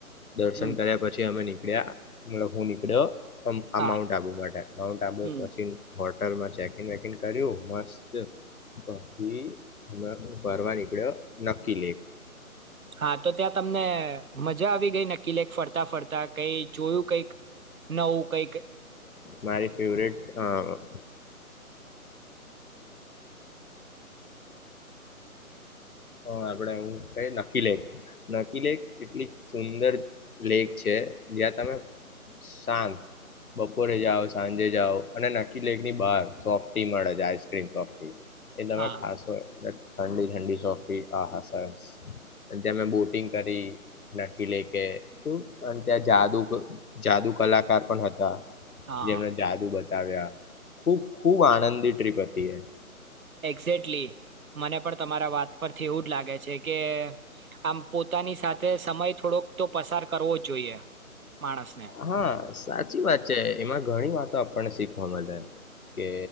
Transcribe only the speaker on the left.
દર્શન
કર્યા પછી અમે ની <unintelligible>
અમાઉન્ટ આપવું માટે તાબો
પછી હોટલમાં ચેકિંગ વેકિંગ કર્યું મસ્ત પછી ફરવા નીકળ્યો નકીલે.
મારે ફેવરિટ હા. <inaudible> આપડે હું કયી નકીલેક નકીલેક એટલી સુંદર લેક છે જ્યાં તમે શાંત બપોરે જાઓ, સાંજે જાઓ અને નકીલેેકની બહાર સોફ્ટ ટી મળે છે આઈસ્ક્રીમ સોફ્ટી એ તમે
ખાસ હોય ઠંડી ઠંડી. હા હા સરસ, ત્યાં મેં બોટિંગ કરી નાકીલેકે અને ત્યાં જાદુક જાદુ કલાકાર પણ હતા.
જેમનો જાદુ બધ આવ્યા ખૂબ ખૂબ આનંદી ટ્રીપ હતી એ
હા. સાચી વાત છે, એમાં ઘણી વાતો આપણને શીખવા મલે કે